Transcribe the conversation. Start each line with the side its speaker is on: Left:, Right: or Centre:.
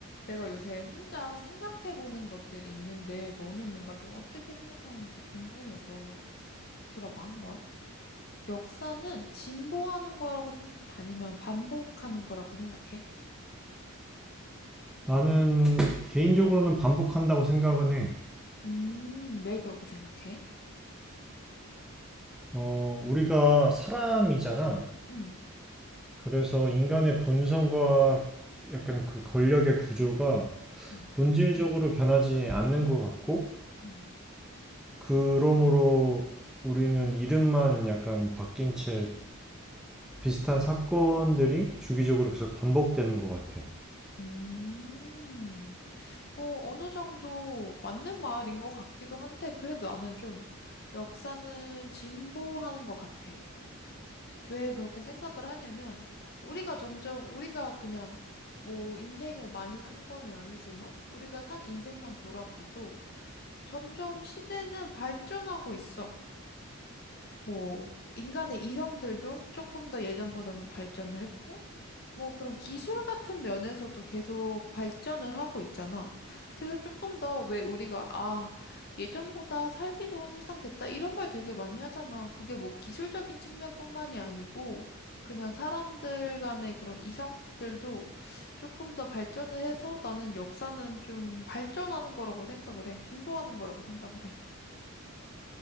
Left: 내가 요새 혼자 생각해보는 것들이 있는데, 너는 뭔가 좀 어떻게 생각하는지 궁금해서 들어봐, 한번. 역사는 진보하는 거라고 생각해? 아니면 반복하는 거라고 생각해?
Centre: 나는 개인적으로는 반복한다고 생각은 해.
Left: 음, 왜 그렇게 생각해?
Centre: 어, 우리가 사람이잖아.
Left: 음,
Centre: 그래서 인간의 본성과 약간 그 권력의 구조가
Left: 음,
Centre: 본질적으로 변하지 않는 것 같고,
Left: 음.
Centre: 그러므로 우리는 이름만 약간 바뀐 채 비슷한 사건들이 주기적으로 계속 반복되는 것 같아.
Left: 음, 뭐, 어느 정도 맞는 말인 것 같기도 한데, 그래도 나는 좀 역사는 진보하는 것 같아. 왜 그렇게 생각을 하냐면, 우리가 점점, 우리가 그냥, 뭐, 인생을 많이 산 거는 아니지만, 우리가 산 인생만 돌아봐도, 점점 시대는 발전하고 있어. 뭐, 인간의 이성들도 조금 더 예전보다는 발전을 했고, 뭐 그런 기술 같은 면에서도 계속 발전을 하고 있잖아. 그래서 조금 더 왜 우리가, 아, 예전보다 살기 좋은 세상 됐다. 이런 말 되게 많이 하잖아. 그게 뭐 기술적인 측면뿐만이 아니고, 그냥 사람들 간의 그런 이성들도 조금 더 발전을 해서 나는 역사는 좀 발전하는 거라고 생각을 해. 진보하는 거라고 생각을 해.